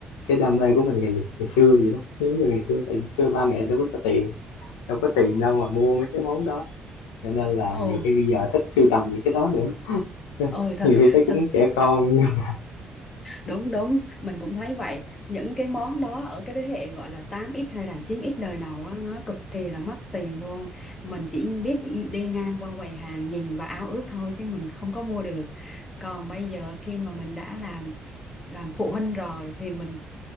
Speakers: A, on the left; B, on the left.
A: cái đam mê của mình ngày ngày xưa vậy đó giống như ngày xưa tại xưa ba mẹ đâu có cho tiền đâu có tiền đâu mà mua mấy cái món đó cho nên là
B: ồ
A: nhiều khi bây giờ thích sưu tầm những cái đó nữa
B: ừ,
A: <laughs>
B: thật
A: nhiều khi thấy
B: thật
A: cũng trẻ con <laughs>
B: đúng đúng mình cũng thấy vậy những cái món đó ở cái thế hệ gọi là tám x hay là chín x đời đầu á, nó cực kỳ là mất tiền luôn mình chỉ biết đi ngang qua quầy hàng nhìn và ao ước thôi chứ mình không có mua được còn bây giờ khi mà mình đã làm làm phụ huynh rồi thì mình